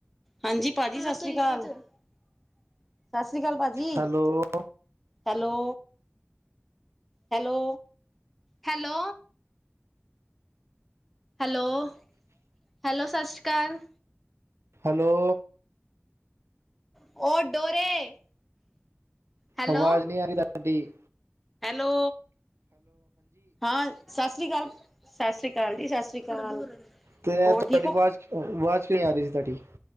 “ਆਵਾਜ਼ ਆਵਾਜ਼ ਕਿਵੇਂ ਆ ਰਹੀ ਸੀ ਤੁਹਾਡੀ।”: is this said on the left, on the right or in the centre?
Right